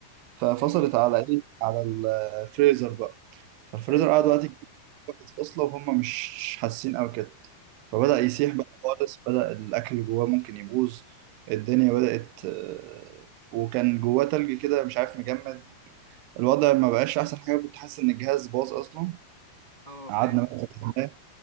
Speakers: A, on the right (about 85°); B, on the left (about 55°).
A: ففصلت
B: ايوه
A: على ايه على الفريزر بقى فالفريزر
B: ايوه
A: قعد
B: اه
A: وقت كتير كانت فاصله وهم مش حاسين او كده فبدأ
B: ايوه
A: يسيح بقى خالص بدأ الاكل اللي جواه ممكن يبوظ الدنيا بدأت آه، وكان جواه تلج كده مش عارف مجمد الوضع ما بقاش احسن حاجه كنت حاسس ان الجهاز باظ اصلا
B: اه
A: قعدنا
B: فاهم
A: بقى